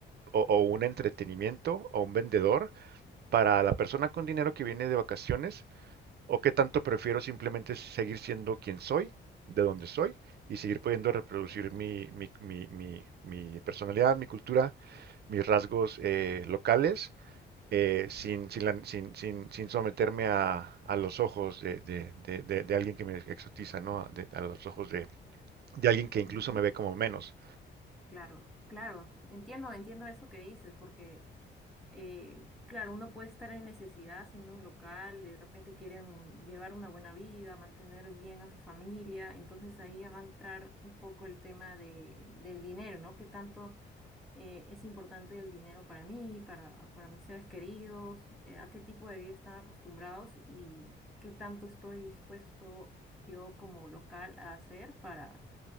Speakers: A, on the right; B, in the centre.
A: o, o un entretenimiento o un vendedor para la persona con dinero que viene de vacaciones o qué tanto prefiero simplemente seguir siendo quien soy, de donde soy y seguir pudiendo reproducir mi, mi, mi- mi- mi personalidad, mi cultura, mis rasgos eh, locales, eh, sin, sin, la- sin- sin- sin someterme a, a los ojos de, de- de- de- de alguien que me exotiza, ¿no? De- a los ojos de, de alguien que incluso
B: Ujú.
A: me ve como menos.
B: Claro, claro, entiendo, entiendo eso que dices, porque eh, claro, uno puede estar en necesidad siendo un local, de repente quieren llevar una buena vida, mantener bien a su familia, entonces ahí ya va a entrar un poco el tema de, del dinero, ¿no? ¿Qué tanto eh, es importante el dinero para mí, para, para mis seres queridos, eh, a qué tipo de vida están acostumbrados y qué tanto estoy dispuesto yo como local a hacer para